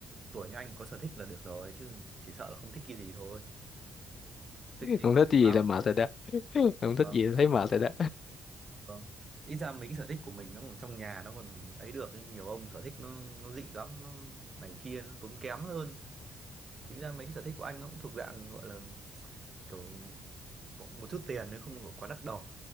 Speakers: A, on the right; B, on the left.
A: tuổi như anh có sở thích là được rồi chứ chỉ sợ là không thích cái gì thôi. Thích cái
B: không
A: gì thì
B: thích
A: chán
B: gì
A: lắm.
B: là mệt rồi đó không thích
A: Vâng,
B: gì là thấy mệt rồi đó
A: vâng. Ít ra mấy cái sở thích của mình nó còn trong nhà nó còn ấy được nhưng nhiều ông sở thích nó nó dị lắm nó này kia nó tốn kém hơn. Chính ra mấy cái sở thích của anh nó cũng thuộc dạng gọi là kiểu có một chút tiền nếu không có quá đắt đỏ